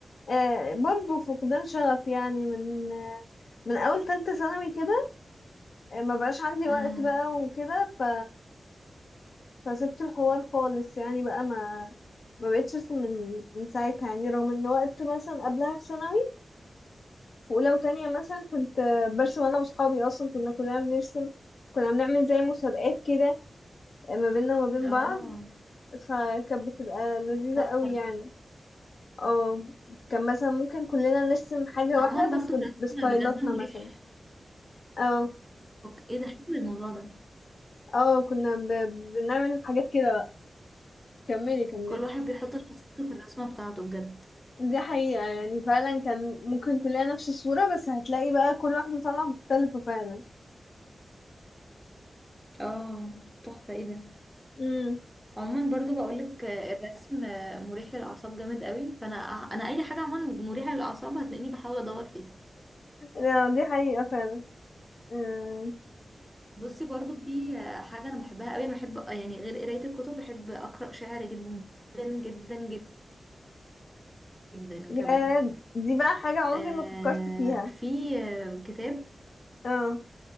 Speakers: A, on the left; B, in the centre.
A: آه، برضو فقدان شغف يعني من آه، من اول تالتة ثانوي كده آه، ما بقاش عندي
B: امم
A: وقت بقى وكده ف فسبت الحوار خالص يعني بقى ما ما بقتش ارسم من من ساعتها يعني رغم ان وقت مثلا قبلها في ثانوي في اولى وتانية مثلا كنت آه، برسم انا واصحابي اصلا كنا كلنا بنرسم كنا بنعمل زي مسابقات كده آه، ما بيننا وما بين
B: اه
A: بعض فكانت بتبقى لذيذة
B: تحفة
A: قوي يعني اه كان مثلا ممكن كلنا نرسم حاجة
B: عموما
A: واحدة بس
B: برضو الرسم
A: بستايلاتنا
B: بجد مريح
A: مثلا اه
B: أوك- ايه ده حلو الموضوع ده
A: اه كنا ب... بنعمل حاجات كده بقى كملي كملي
B: كل واحد بيحط شخصيته في الرسمة بتاعته بجد
A: دي حقيقة يعني فعلا كان ممكن كلنا نفس الصورة بس هتلاقي بقى كل واحدة طالعة مختلفة فعلا
B: اه تحفة ايه ده
A: امم
B: عموما برضو بقولك آه، الرسم آه، مريح للأعصاب جامد قوي فأنا أنا أي حاجة عموما مريحة للأعصاب هتلاقيني بحاول أدور فيها
A: لا، دي حقيقة فعلا امم
B: بصي برضو في آه، حاجة أنا بحبها قوي أنا بحب يعني غير قراية الكتب بحب أقرأ شعر جدا جدا جدا
A: يا
B: كمان
A: دي بقى حاجة عمري
B: آه
A: ما فكرت فيها
B: في آه، كتاب
A: اه